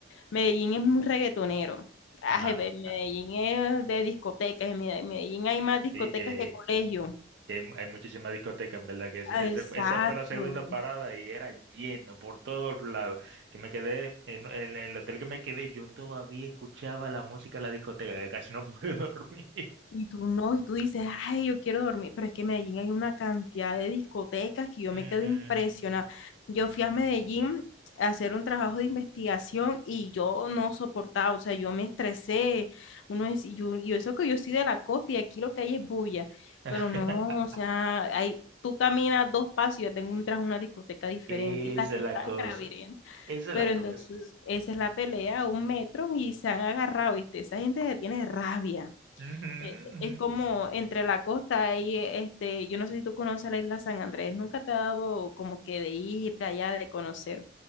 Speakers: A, on the left (about 75°); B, on the right (about 65°).
A: Medellín es muy reggaetonero. Ay,
B: Ajá,
A: ve, Medellín
B: ajá.
A: es de discotecas, en Mede- Medellín hay más
B: Sí,
A: discotecas
B: que,
A: que colegio.
B: que hay, hay muchísimas discotecas, en verdad, que ese-
A: Ah,
B: ese
A: Exacto.
B: fue- esa fue la segunda parada y era lleno por todos lados. Que me quedé, en, en el hotel que me quedé, yo todavía escuchaba la música de la discoteca, que casi no pude <laughs> dormir.
A: Y tú no, y tú dices, ay, yo quiero dormir, pero es que en Medellín hay una cantidad de discotecas que yo
B: Ujú.
A: me quedo impresionada. Yo fui a Medellín a hacer un trabajo de investigación y yo no soportaba, o sea, yo me estresé. Uno es, y yo, y eso que yo soy de la costa y aquí lo que hay es bulla,
B: <laughs>
A: pero no, o sea, hay, tú caminas dos pasos y ya tengo entras una discoteca diferente
B: Esa
A: y las que
B: es la
A: están
B: cosa,
A: craviren.
B: esa es
A: Pero
B: la
A: entonces,
B: cosa.
A: esa es la pelea, un metro y se han agarrado, ¿viste? Esa gente se tiene rabia
B: Ujú,
A: eh,
B: ujú.
A: Es como entre la costa y eh, este, yo no sé si tú conoces la isla San Andrés, nunca te ha dado como que de ir allá, de conocer.